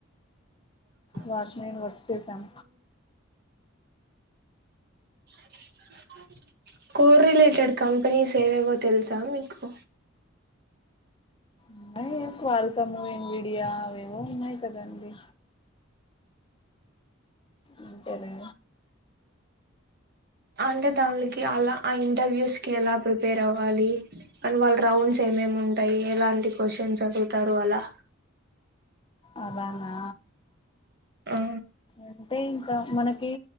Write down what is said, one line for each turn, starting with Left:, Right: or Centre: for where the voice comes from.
Right: <inaudible>
Left: వాచ్ మెన్ వచ్చేసాం
Right: <inaudible> కోరిలేటెడ్ కంపెనీస్ ఏవేవో తెలుసా మీకు
Left: ఉన్నయ్ కాల్కమ్ మీడియా అవేవో ఉన్నాయి కదండి అంతేలే
Right: అంటే దానికి అలా ఆ ఇంటర్వూస్ కి ఎలా ప్రి పేర్ అవ్వాలి అండ్ వాళ్ళు రౌండ్స్ ఏమేమ్ ఉంటాయి ఎలాంటి క్వశ్చన్స్ అడు తరువలా
Left: అలానా
Right: ఆ
Left: అంటే ఇంకా మనకి